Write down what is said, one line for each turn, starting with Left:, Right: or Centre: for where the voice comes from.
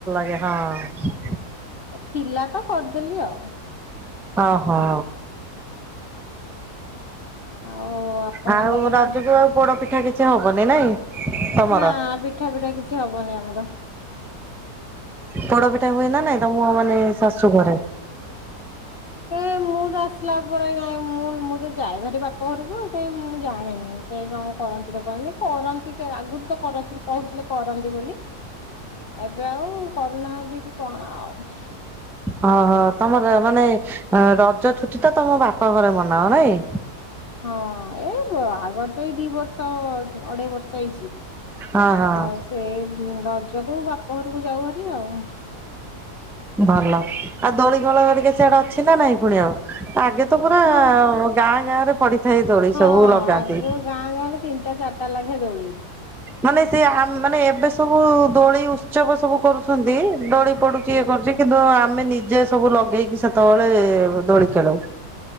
Centre: ଇଏ ହଁ।
Left: ଆଉ ଥିଲା ତ କରିଦେଲି ଆଉ।
Centre: ଅହଁ।
Left: ଆଉ ଆପଣଙ୍କ
Centre: ଆଉ
Left: ପଟେ
Centre: ରାଜକୁ ଆଉ ପୋଡ ପିଠା କିଛି ହବନି ନାଇଁ? ତମର
Left: ନା ପିଠା ଫିଠା କିଛି ହବନି ଆମର।
Centre: ପୋଡ ପିଠା ହୁଏ ନା ନାଇଁ ତମ ମାନେ ଶାଶୁଘରେ?
Left: ଏ ମୁଁ ତ ଆସିଲା ପରେ କାଇଁ ମୁଁ ମୁଁ ତ ଯାଏ ଭାରି ବା ପ ଘରକୁ କାଇଁ ମୁଁ ଜାଣିନି ଏଇ କଣ କରନ୍ତି ନ କରନ୍ତି କରନ୍ତି କ ଆଗରୁ ତ କରଥିଲେ କୋହୁଥିଲେ କରନ୍ତି ବୋଲି। ଏବେ ଆଉ କରୁନାହାନ୍ତି କି କଣ ଆଉ।
Centre: ଓହୋ ତମର ମାନେ ଅ ରଜ ଛୁଟିଟା ତମ ବାପା ଘରେ ମନାଅ ନାଇଁ।
Left: ହଁ ଏଇ ବାହାଘର ତ ଏଇ ଦିଇ ବର୍ଷ ଅଢେଇ ବର୍ଷ ହେଇଚି
Centre: ହଁ ହଁ।
Left: ଆଉ ସେଇ ରଜକୁ ବାପଘରକୁ ଯାଉ ହାର ଆଉ।
Centre: ଭଲ ଆଉ ଦୋଳି ଖେଳ ହରିକା ସିଆଡେ ଅଛି ନା ନାଇଁ ପୁଣି ଆଉ। ଆଗେ ତ ପୁରା
Left: ହଁ
Centre: ଗାଁ ଗାଁରେ ପଡିଥାଏ ଦୋଳି
Left: ହଁ
Centre: ସବୁ ଲଗାନ୍ତି।
Left: ଆଗ ଗାଁ ଗାଁରେ ତିନଟା ଚାରଟା ଲାଖେ ଦୋଳିି।
Centre: ମାନେ ସେଇ ଆମ୍ ମାନେ ଏବେ ସବୁ ଦୋଳି ଉତ୍ସବ ସବୁ କରୁଛନ୍ତି ଦୋଳି ପଡୁଚି ଇଏ କରୁଚି କିନ୍ତୁ ଆମେ ନିଜେ ସବୁ ଲଗେଇକି ସେତେବେଳେ ଦୋଳି ଖେଳୁ।